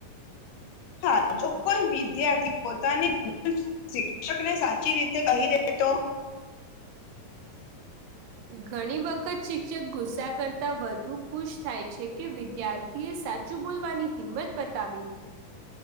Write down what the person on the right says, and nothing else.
ઘણી વખત શિક્ષક ગુસ્સા કરતા વધુ ખુશ થાય છે, કે વિદ્યાર થીએ સાચું બોલવાની હિંમત બતાવી.